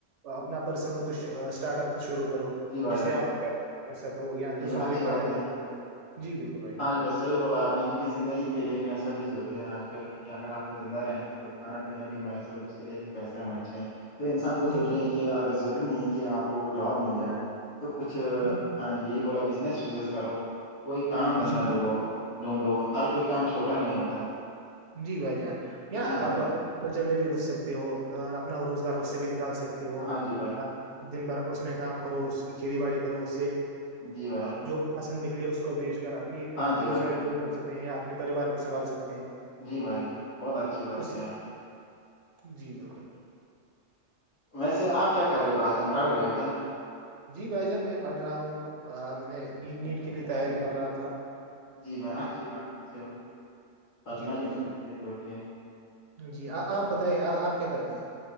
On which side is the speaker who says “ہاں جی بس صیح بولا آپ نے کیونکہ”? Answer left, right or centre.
Left